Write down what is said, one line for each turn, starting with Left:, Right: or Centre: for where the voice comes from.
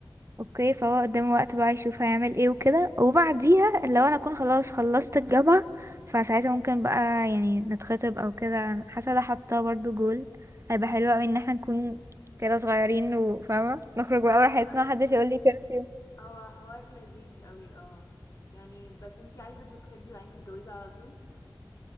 Right: اوكي فهو قدامه وقت بقى يشوف هيعمل ايه وكده وبعديها لو انا اكون خلاص خلصت الجامعة فساعتها ممكن بقى يعني نتخطب او كده حاسة ده حاطاه برضو جول هيبقى حلو اوي ان احنا نكون كده صغيرين وفاهمة نخرج بقى
Left: هو
Right: براحتنا
Left: حوار
Right: محدش يقول لي كرفيو
Left: هو حوار لذيذ قوي اه يعني بس انتي عايزه تتخطبي وبعدين تتجوزي على طول